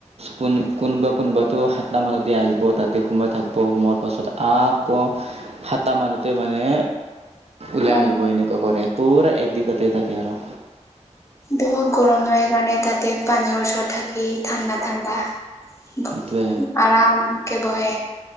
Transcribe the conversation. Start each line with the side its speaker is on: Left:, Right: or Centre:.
Right: কোন কোন কোনোবাটো সাতটামানদি আহিব তাতে সোমাই থাকিব সোমোৱাৰ পাছত আ ক সাতটা মানতে মানে ওলাই
Left: অ
Right: আহিব এনেকুৱা কৰে পূৰা একদিন তাতেই থাকে আৰু
Left: বহুত গৰম হয় কাৰণে তাতে পানীৰ ওচৰত থাকি ঠাণ্ডা ঠাণ্ডা
Right: এইটোৱে
Left: আৰামকে বহে